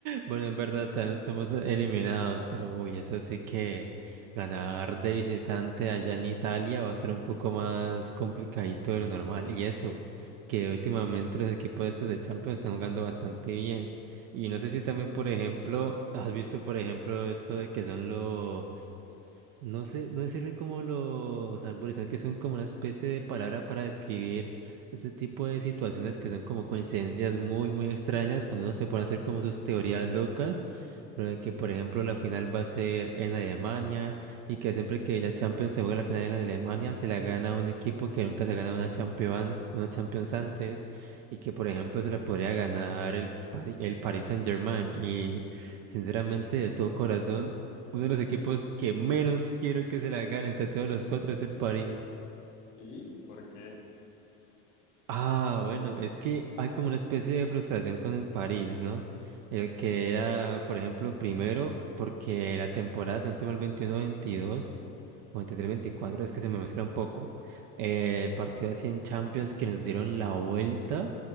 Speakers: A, on the right; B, on the left.
A: Bueno, en verdad, ya no estamos eliminados, pero uy, eso sí que ganar de visitante allá en Italia va a ser un poco más complicadito de lo normal. Y eso, que últimamente los equipos estos de Champions están jugando bastante bien. Y no sé si también, por ejemplo, has visto, por ejemplo, esto de que son los no sé, no decirle como los arborizados que son como una especie de palabra para describir este tipo de situaciones que son como coincidencias muy, muy extrañas cuando uno se pone a hacer como sus teorías locas, pero de que por ejemplo la final va a ser en Alemania y que siempre que la Champions se juega la final en Alemania se la gana un equipo que nunca se ha ganado una Champions, una Champions antes y que por ejemplo se la podría ganar el Pari- el Paris Saint-Germain y sinceramente de todo corazón. Uno de los equipos que menos quiero que se la gane entre todos los cuatro es el París.
B: Sí, ¿por qué?
A: Ah, bueno, es que hay como una especie de frustración con el París, ¿no? El que era, por ejemplo, primero, porque la temporada, si no estoy mal, 21-22 o 23-24, es que se me mezcla un poco. eh, el partido así en Champions que nos dieron la vuelta,